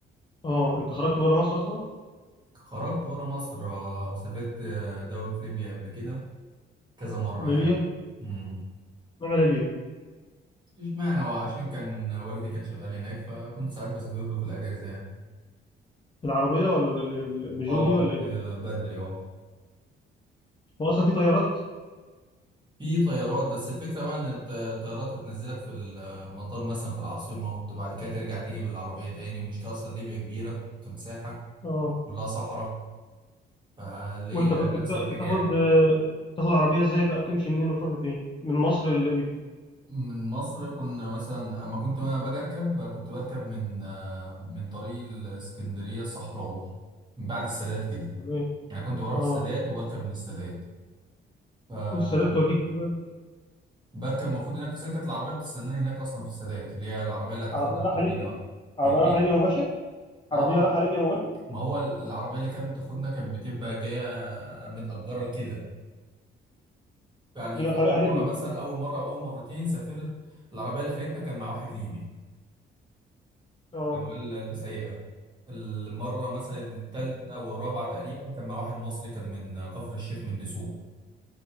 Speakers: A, on the left; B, on the right.
A: أه أنت خرجت بره مصر أصلا
B: خرجت بره مصر آه، سافرت آه، دولة ليبيا قبل كده كذا مرة
A: ليبيا
B: يعني مم.
A: معنى ليبيا
B: مفيش معنى هو عشان كان والدي كان شغال هناك فكنت ساعات بسافر له في الأجازة يعني
A: بالعربية ولا بال- بالبيجو
B: اه
A: دي ولا
B: رحت
A: إيه
B: بري اه
A: هو أصلا في طيارات
B: في طيارات بس الفكرة بقى إن الط- الطيارات هتنزلك في المطار مثلا في العاصمة وبعد كده ترجع تيجي بالعربية تاني والمشكلة أصلا ليبيا كبيرة كمساحة
A: اه
B: كلها صحراء فاللي
A: وانت
B: هي
A: كنت بتا-
B: نفس الحاجة
A: بتاخد
B: يعني
A: بتاخد عربية ازاي بقى بتمشي منين وتروح لفين من مصر لليبيا
B: من مصر كنا مثلا أما كنت أنا باجي أركب كنت بركب من آه، من طريق الإسكندرية الصحراوي من بعد السادات كده
A: ولا ايه
B: يعني كنت بروح
A: اه
B: السادات وبركب من السادات ف
A: والسادات توديك ايه بقى
B: بركب المفروض هناك في سكة العربية بتستناني هناك أصلا في السادات اللي هي العربية اللي هتاخدني
A: عربيه رايحه
B: توديني
A: ليبيا
B: بقى
A: عربيه
B: الإيه؟
A: رايحه ليبيا مباشر عربيه
B: آه
A: رايحه ليبيا مباشر
B: ما هو العربية اللي كانت بتاخدنا كانت بتبقى جاية متأجرة لكده يعني
A: هي
B: في
A: طريقها
B: أول
A: ليبيا
B: مرة مثلا أول مرة أو أول مرتين سافرت العربية اللي خدتنا كان مع واحد ليبي
A: اه
B: كان هو اللي سايقها المرة مثلا التالتة والرابعة تقريبا كان مع واحد مصري كان من كفر الشيخ من دسوق